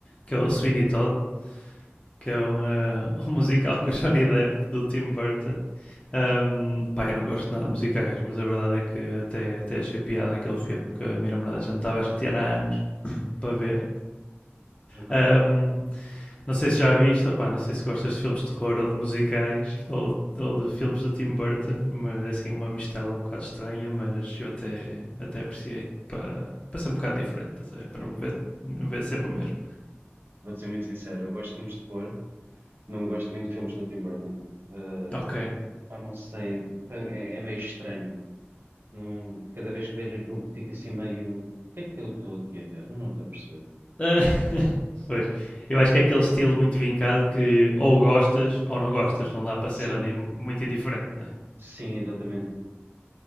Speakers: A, on the left; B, on the right.
A: que é o Sweeney Todd, que é um, eh, <laughs> um musical com o Johnny Depp do Tim Burton. Ahm, pá, eu não gosto nada de musicais, mas a verdade é que até, até achei piada aquele filme que a minha namorada já me estava a chatear há anos para ver.
B: Ok.
A: Um, não sei se já viste, opá, não sei se gostas de filmes de terror ou de musicais ou, ou de filmes do Tim Burton, mas assim uma mistela um bocado estranha, mas eu até, até apreciei para, para ser um bocado diferente, para
B: Eu
A: não ver, não ver sempre o mesmo.
B: vou-te ser muito sincero, eu gosto de filmes de terror, não gosto muito de filmes do Tim Burton. Ah,
A: Ok. Uh,
B: pá, não sei, pá, é, é meio estranho. Não, cada vez que vejo aquilo fico assim meio. O que é que eu estou aqui a ver? Eu Não estou a perceber.
A: <laughs> pois, eu acho que é aquele estilo muito vincado que ou gostas ou não gostas, não dá para ser
B: Sim,
A: ali muito indiferente, não é?
B: sim, exatamente.